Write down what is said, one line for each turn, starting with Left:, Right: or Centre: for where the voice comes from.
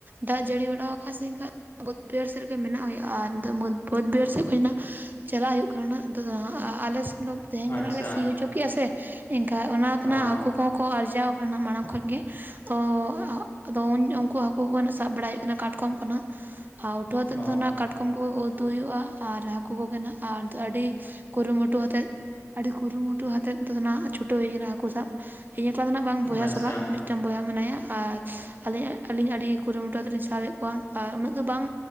Right: ᱫᱟᱜ ᱡᱟᱹᱲᱤ ᱵᱟᱲᱟᱣ ᱠᱟᱟᱭᱼᱟ ᱥᱮ ᱮᱱᱠᱷᱟᱱ ᱵᱟᱹᱫᱽ ᱵᱟᱹᱭᱦᱟᱹᱲ ᱥᱮᱫ ᱨᱮᱜᱮ ᱢᱮᱱᱟᱜ ᱦᱩᱭᱩᱜᱼᱟ᱾ <unintelligible> ᱵᱟᱹᱫᱽ ᱵᱟᱹᱭᱦᱟᱹᱲ ᱥᱮᱫ ᱠᱷ ᱦᱱᱟᱜ ᱪᱟᱞᱟᱜ ᱦᱩᱭᱩᱜ ᱠᱟᱱ ᱱᱟᱸᱦ ᱱᱤᱛᱚᱜ ᱫᱚ ᱦᱟᱸ ᱟᱞᱮ ᱥᱮᱱ ᱫᱚ ᱛᱮᱦᱮᱧ ᱜᱮ
Left: ᱟᱪᱪᱷᱟ
Right: ᱱᱟᱸᱜ ᱞᱮ ᱥᱤ ᱦᱚᱪᱚ ᱠᱮ ᱟ ᱥᱮ ᱮᱱᱠᱷᱟᱡ ᱚᱱᱟ ᱛᱮᱱᱟᱜ
Left: ᱚ
Right: ᱦᱟᱹᱠᱩ ᱠᱚᱦᱚᱸ ᱠᱚ ᱟᱨᱡᱟᱣ ᱟᱠᱟᱱᱟ ᱟᱜ ᱢᱟᱲᱟᱝ ᱠᱷᱚᱡ ᱜᱮ᱾ ᱚ ᱟᱫᱚ ᱩᱱᱠᱩ ᱦᱟᱹᱠᱩ ᱠᱚᱱᱟᱜ ᱥᱟᱵ ᱵᱟᱲᱟᱭ ᱦᱩᱭᱩᱜ ᱠᱟᱱᱟ ᱠᱟᱴᱠᱚᱢ ᱠᱷᱚᱱᱟᱸᱜ ᱩᱴᱷᱟᱣ ᱟᱛᱮ
Left: ᱚ
Right: ᱫᱚ ᱱᱟᱸᱜ ᱠᱟᱴ ᱠᱚᱢ <unintelligible> ᱩᱛᱩ ᱦᱩᱭᱩᱜᱼᱟ ᱟᱨ ᱦᱟᱹᱠᱩ ᱠᱚᱜᱮ ᱟᱨ ᱟᱹᱰᱤ ᱠᱩᱨᱩ ᱢᱩᱴᱩ ᱦᱟᱛᱮᱫ ᱟᱹᱰᱤ ᱠᱩᱨᱩ ᱢᱩᱴᱩ ᱦᱟᱛᱮᱫ ᱫᱚ ᱱᱟ ᱱᱟᱜ ᱪᱷᱩᱴᱟᱹᱣ ᱦᱩᱭ ᱟᱠᱟᱱᱟ ᱦᱟᱹᱠᱩ ᱥᱟᱵ ᱤᱧ ᱮᱠᱞᱟ ᱫᱚ ᱱᱟᱸᱜ ᱵᱟᱝ ᱵᱚᱭᱦᱟ
Left: ᱟᱪᱪᱷᱟ
Right: ᱥᱟᱞᱟᱜ ᱢᱤᱫᱴᱟᱱ ᱵᱚᱭᱦᱟ ᱢᱮᱱᱟᱭᱟ ᱟᱨ ᱟᱹᱞᱤᱧ ᱟᱹᱞᱤᱧ ᱟᱹᱰᱤ ᱠᱩᱨᱩ ᱢᱩᱴᱩ ᱟᱛᱮᱫ ᱞᱤᱧ ᱥᱟᱵᱮᱫ ᱠᱚᱣᱟ ᱟᱨ ᱩᱱᱟᱹᱜ ᱫᱚ ᱵᱟᱝ